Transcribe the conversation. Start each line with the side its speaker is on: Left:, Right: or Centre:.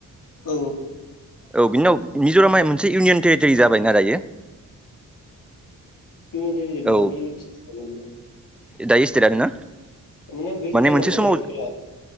Left: औ
Centre: औ बिनिनाव मिज'रामा मोनसे इउनियन टेरिटरि जाबायना दायो
Left: <unintelligible>
Centre: औ <unintelligible>
Left: माने बै ताइमाव
Centre: मोनसे
Left: माने
Centre: समाव
Left: जेब्ला